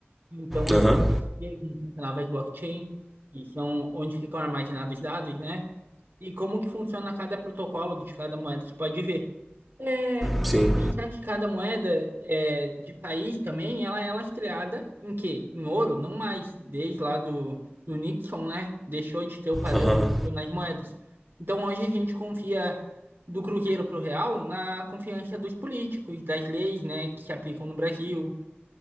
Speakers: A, on the right; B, in the centre.
A: Então eu
B: Aham,
A: pesquisei como funcionava as blockchain, que são onde ficam armazenados os dados, né? E como que funciona cada protocolo de cada moeda, você pode ver. É, você
B: sim.
A: tem que pensar que cada moeda é, de país também, ela é lastreada em quê? Em ouro, não mais. Desde lá do, do Nixon, né? Deixou de ter o padrão
B: Aham,
A: ouro nas moedas. Então hoje a gente confia do cruzeiro para o real na confiança dos políticos, das leis, né, que se aplicam no Brasil